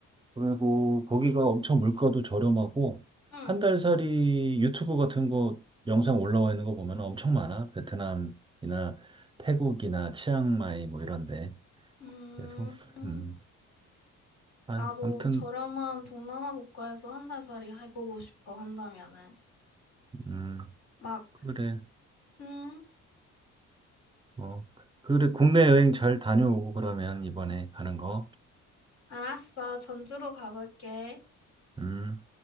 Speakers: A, on the right; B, on the left.
A: 그리고 거기가 엄청 물가도 저렴하고
B: 음,
A: 한 달살이 유튜브 같은 거 영상 올라와 있는 거 보면 엄청 많아. 베트남이나 태국이나 치앙마이 뭐 이런데.
B: 음.
A: 그래서 음. 아,
B: 나도
A: 아무튼
B: 저렴한 동남아 국가에서 한 달살이 해보고 싶어, 한다면은.
A: 음.
B: 막,
A: 그래.
B: 음,
A: 뭐 그래 국내 여행 잘 다녀오고 그러면 이번에 가는 거.
B: 알았어. 전주로 가볼게.
A: 음.